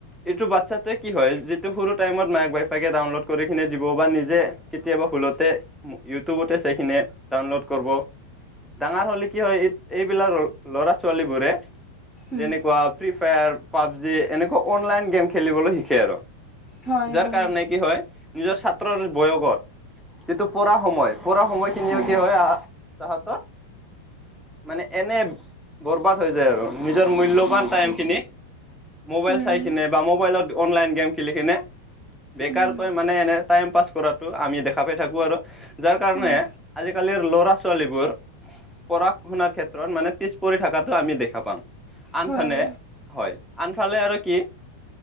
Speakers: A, in the centre; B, on the left.
A: এইটো বাচ্ছাত তই কি হয় যিটো সৰু টাইমত মাক বাপেকে ডাউনলোড কৰি কিননে দিব বা নিজে কেতিয়াবা ভুলতে ইউটিউবতে চাইখিনি ডাউনলোড কৰ ব ডাঙৰ হ'লে কি হয় এই এইবিলাক ল'ৰা ছোৱালীবোৰে
B: উম
A: যেনেকুৱা ফ্ৰী ফায়াৰ, পাবজি এনেকুৱা অনলাইন গেম খেলিবলৈ শিকে আৰু
B: হয়
A: যাৰ
B: হয়
A: কাৰণে কি হয় নিজৰ ছাত্ৰৰ বয়গত এইটো পঢ়া সময় পঢ়া সময় খিনি
B: উম
A: কি হয় আহ তাহতৰ মানে এনে বৰবাদ হৈ যায় আৰু নিজৰ মূল্যৱান
B: হৈ
A: টাইমখিনি
B: যায়
A: মোবাইল
B: উম
A: চাই কিনে বা মোবাইলত অনলাইন গেম খেলি কিনে বেকাৰকৈ
B: উম
A: মানে এনে টাইম পাছ কৰাটো আমি দেখা পাই থাকোঁ আৰু যাৰ কাৰণে
B: হয়
A: আজিকালিৰ ল'ৰা ছোৱালীবোৰ পঢ়া শুনাৰ ক্ষেত্ৰত মানে পিছ পৰি থকাটো আমি দেখা পাওঁ আনফানে
B: হয়
A: হয় আনফালে আৰু কি